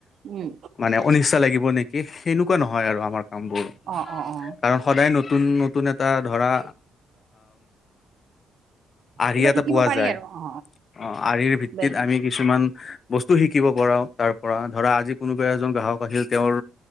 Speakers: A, on the right; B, on the left.
A: উম
B: মানে অনিচ্ছা লাগিব নেকি সেনেকুৱা নহয় আৰু আমাৰ কামবোৰ
A: অ অ অ
B: কাৰণ সদায় নতুন নতুন এটা ধৰা আহি
A: কিবা
B: এটা
A: শিকিব
B: পোৱা
A: পাৰি
B: যায়
A: আৰু অ
B: অ আহিৰ ভিত্তিত
A: বেলেগ
B: আমি কি কিছুমান বস্তু শিকিব পাও তাৰ পৰা ধৰা আজি কোনোবা এজন গ্ৰাহক আছিল তেওঁৰ